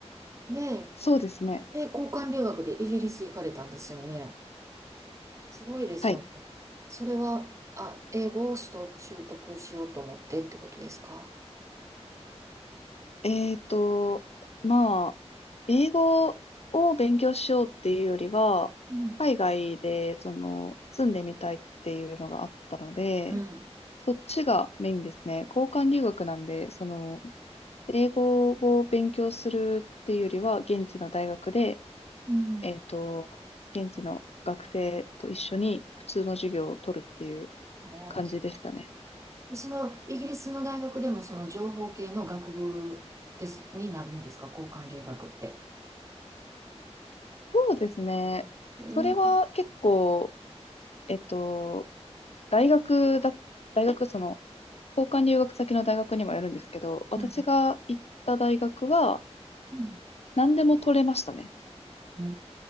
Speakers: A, on the right (about 25°); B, on the left (about 65°).
A: で、
B: そうですね。
A: で、交換留学でイギリス行かれたんですよね。すごいですよね。
B: はい
A: それは、あ、英語を取得、習得しようと思ってってことですか
B: えーと、まあ、英語を勉強しようっていうよりは、
A: うん。
B: 海外で、その、住んでみたいっていうのがあったので、
A: うん。
B: そっちがメインですね。交換留学なんで、その、英語を勉強するっていうよりは、現地の大学で、
A: うん
B: えーと、現地の学生と一緒に普通の授業を取るっていう
A: あ
B: 感じでしたね。
A: でその、イギリスの大学でもその情報系の学部です、になるんですか交換留学って。
B: そうですね。
A: えー、
B: それは結構、えっと、大学だ、大学、その、交換留学先の大学にもよるんですけど、私が行った大学は、
A: うんうん
B: 何でも取れましたね。
A: う